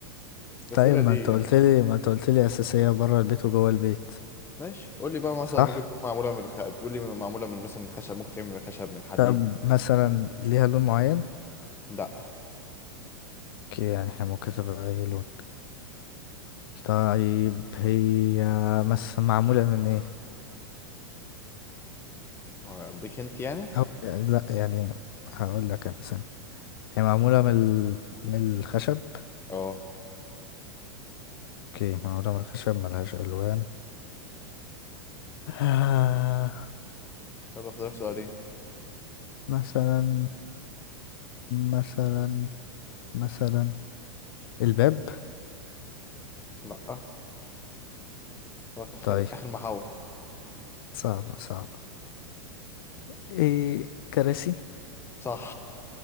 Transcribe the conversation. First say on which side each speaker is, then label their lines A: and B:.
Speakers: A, on the left; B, on the left.
A: الاسئله
B: طيب ما
A: دي
B: انت
A: يعني
B: قلت لي ما انت قلت لي أساسية بره البيت وجوه البيت
A: ماشي قول لي بقى مثلا
B: صح
A: ممكن تكون معموله من خ... تقول لي معموله من مثلا خشب ممكن تعمل من خشب من حديد
B: طب مثلا ليها لون معين
A: لا
B: اوكي يعني احنا ممكن تبقى اي لون طيب هي مثلا معمولة من ايه
A: آه، اديك انت يعني
B: أو لا يعني هقول لك انا سنة هي معمولة من ال... من الخشب
A: اه
B: اوكي معمولة من الخشب ملهاش ألوان آه
A: يلا فاضلك سؤالين
B: مثلا مثلا مثلا الباب
A: لا فاضلك اخر
B: طيب
A: اخر محاوله
B: صعبة صعبة ايه كراسي
A: صح